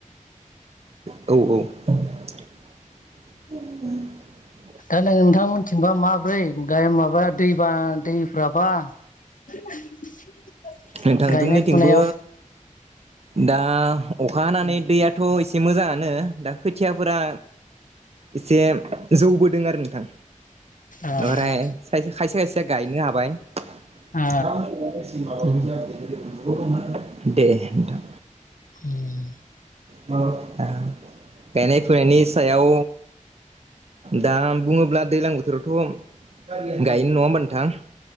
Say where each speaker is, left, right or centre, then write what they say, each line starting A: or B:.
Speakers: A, on the right; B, on the left.
A: औ औ। <unintelligible>
B: दा नोंथांमोनथिंबा माब्रै गाय माबाया दैबा दैफ्राबा। <inaudible>
A: नोंथां
B: गायनाय
A: जोंनिथिंबो
B: फुनायाव
A: दा अखा हानानै दैया याथ' एसे मोजाङानो दा खोथियाफोरा एसे जौबोदों आरो नोंथां।
B: ओ
A: आमफ्राय खायसे खायसेया गायनो हाबाय।
B: आ
A: <unintelligible> <unintelligible> दे नोंथां।
B: उम।
A: <unintelligible> गायनाय फुनायनि सायाव दा बुङोब्ला दैज्लां बोथोरावथ' गायो नङा होमबा नोंथां?